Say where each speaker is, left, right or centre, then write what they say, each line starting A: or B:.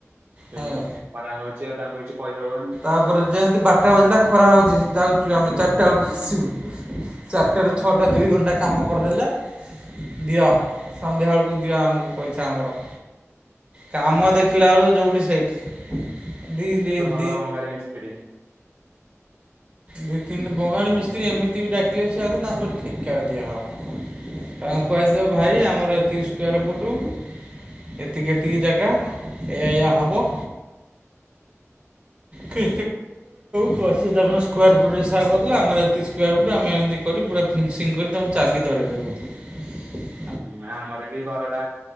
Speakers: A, on the right (about 40°); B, on the right (about 20°).
A: ସେଇଆ
B: ହଁ
A: ଖରା ହଉଛି ଆଉ ତାଙ୍କୁ କିଛି କହିହବନି।
B: ତାପରେ ଯେମିତି ବାରଟା ବାଜିଲା ଖରା ହଉଛି ଯାଉଛୁ ଆମେ ଚାରିଟା ବେଳକୁ ଆସିବୁ। ଚାରଟାରୁ
A: ହୁଁ
B: ଛଅଟା ଦୁଇ ଘଣ୍ଟା କାମ କରିଦେଲେ ଦିଅ ସନ୍ଧ୍ୟାବେଳକୁ ଦିଅ ଆମକୁ ପଇସା ଆମର। କାମ ଦେଖିଲା ବେଳକୁ ଯୋଉଠି ସେଇଠି ଦି
A: ହଲୋ ବଙ୍ଗଳୀ ମିସ୍ତ୍ରୀ।
B: ଦୁଇ ତିନି ବଙ୍ଗାଳ ମିସ୍ତ୍ରୀ ଏମତି ବି ଡାକିଲେ ବି ସେ ଆସ ତା ସ ଠିକ୍ କରି ଦିଆହଉ। ତାଙ୍କୁ କୁହାଯାଇଥିବ ଭାଇ ଆମର ଏତିକି ସ୍କୋୟାର ଫୁଟ୍। ଏତିକି ଏତିକି ଜାଗା ଏ ଏୟଆ ହବ।
A: ହ
B: କେଉ କଛି ତା କ ସ୍କୋୟାର ଫିଟ୍ ହିସ କରିଥିଲା ଆମର ଏତେ ସ୍କୋୟାର ଫିଟ୍ ଆମେ ଏମିତି କରି ପୁରା ଫିନିସିଂ କରି ତାଙ୍କୁ ଚାବି ଧରାଇ ଦବୁ।
A: ହୁଁ ଆମର ବି ଘରଟା